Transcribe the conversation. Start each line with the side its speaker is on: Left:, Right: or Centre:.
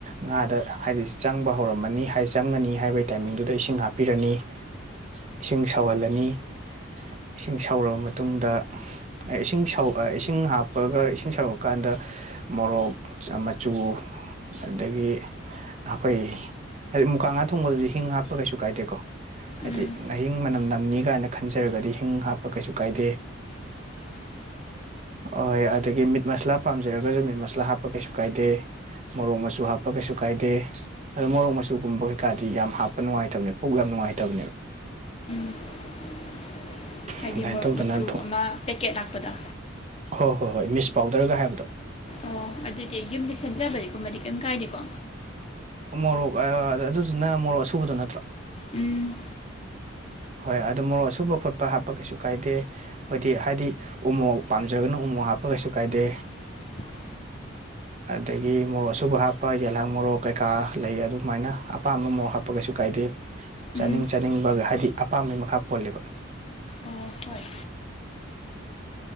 Right: ꯉꯥꯗ ꯍꯥꯏꯗꯤ ꯆꯪꯕ ꯍꯧꯔꯝꯃꯅꯤ ꯆꯪꯉꯅꯤ ꯍꯥꯏꯕꯒꯤ ꯇꯥꯏꯃꯤꯡꯗꯨꯗ ꯏꯁꯤꯡ ꯍꯥꯞꯄꯤꯔꯅꯤ ꯏꯁꯤꯡ ꯁꯧꯍꯜꯂꯅꯤ ꯏꯁꯤꯡ ꯁꯧꯔꯕ ꯃꯇꯨꯡꯗ ꯏꯁꯤꯡ ꯁꯧ ꯏꯁꯤꯡ ꯍꯥꯞꯄꯒ ꯏꯁꯤꯡ ꯁꯧꯔꯛꯑꯀꯥꯟꯗ ꯃꯣꯔꯣꯛ ꯃꯆꯨ ꯑꯗꯒꯤ ꯑꯩꯈꯣꯏ ꯍꯥꯏꯗꯤ ꯃꯨꯀꯥ ꯉꯥ ꯊꯣꯡꯕꯗꯨꯗꯤ ꯍꯤꯡ ꯍꯥꯞꯄ ꯀꯩꯁꯨ ꯀꯥꯏꯗꯦꯀꯣ ꯍꯥꯏꯗꯤ
Left: ꯎꯝ
Right: ꯑꯍꯤꯡ ꯃꯅꯝ ꯅꯝꯅꯤ ꯀꯥꯏꯅ ꯈꯟꯖꯔꯒꯗꯤ ꯍꯤꯡ ꯍꯥꯞꯄ ꯀꯩꯁꯨ ꯀꯥꯏꯗꯦ
Left: <inaudible>
Right: ꯑꯣꯏ ꯑꯗꯨꯗꯒꯤ ꯃꯤꯠ ꯃꯁꯂꯥ ꯄꯥꯝꯖꯔꯒꯁꯨ ꯃꯤꯠ ꯃꯁꯂꯥ ꯍꯥꯞꯄ ꯀꯩꯁꯨ ꯀꯥꯏꯗꯦ ꯃꯣꯔꯣꯛ ꯃꯆꯨ ꯍꯥꯞꯄ ꯀꯩꯁꯨ ꯀꯥꯏꯗꯦ ꯑꯣ ꯃꯣꯔꯣꯛ ꯃꯆꯨ <unintelligible> ꯀꯩꯀꯥꯗꯤ ꯌꯥꯝ ꯍꯥꯞꯄ ꯅꯨꯡꯉꯥꯏꯇꯕꯅꯦ ꯄꯨꯛ ꯌꯥꯝ ꯅꯨꯡꯉꯥꯏꯇꯕꯅꯦꯕ
Left: <inaudible> ꯍꯥꯏꯗꯤ
Right: ꯑꯗꯨꯃꯥꯏꯅ
Left: ꯃꯣꯔꯣꯛ
Right: ꯇꯧꯗꯅ
Left: ꯃꯆꯨ
Right: ꯊꯨꯝ
Left: ꯑꯃ ꯄꯦꯛꯀꯦꯠ ꯂꯥꯛꯄꯗꯣ
Right: ꯍꯣꯏ ꯍꯣꯏ ꯍꯣꯏ ꯃꯤꯁ ꯄꯥꯎꯗꯔꯒ ꯍꯥꯏꯕꯗꯣ
Left: ꯑꯣ ꯑꯗꯨꯗꯤ ꯑꯩ ꯌꯨꯝꯗ ꯁꯦꯝꯖꯕꯗꯤꯀꯨꯝꯕꯗꯤ ꯀꯦꯝ ꯀꯥꯏꯗꯦꯀꯣ
Right: ꯃꯣꯔꯣꯛ ꯑꯥ ꯑꯗꯨꯗꯨꯅ ꯃꯣꯔꯣꯛ ꯑꯁꯨꯕꯗꯣ ꯅꯠꯇ꯭ꯔꯣ
Left: ꯎꯝ
Right: ꯍꯣꯏ ꯑꯗꯨꯗ ꯃꯣꯔꯣꯛ ꯑꯁꯨꯕ ꯈꯣꯠꯄ ꯍꯥꯞꯄ ꯀꯩꯁꯨ ꯀꯥꯏꯗꯦ ꯍꯣꯏꯗꯤ ꯍꯥꯏꯗꯤ ꯎꯃꯣꯔꯣꯛ ꯄꯥꯝꯖꯒꯅ ꯎ ꯎ ꯝꯣꯔꯣꯛ ꯍꯥꯞꯄ ꯀꯩꯁꯨ ꯀꯥꯏꯗꯦ
Left: <inaudible>
Right: ꯑꯗ ꯑꯗꯒꯤ ꯃꯣꯔꯣꯛ ꯑꯁꯨꯕ ꯍꯥꯞꯄ ꯌꯦꯂꯥꯡ ꯃꯣꯔꯣꯛ ꯀꯩꯀꯥ ꯂꯩ ꯑꯗꯨꯃꯥꯏꯅ ꯑꯄꯥꯝꯕ ꯃꯣꯔꯣꯛ ꯍꯥꯞꯄ ꯀꯩꯁꯨ ꯀꯥꯏꯗꯦ
Left: ꯎꯝ
Right: ꯆꯥꯅꯤꯡ ꯆꯥꯅꯤꯡꯕ ꯍꯥꯏꯗꯤ ꯑꯄꯥꯝꯕꯩ ꯃꯈꯥ ꯄꯣꯜꯂꯦꯕ
Left: ꯑꯣ ꯍꯣꯏ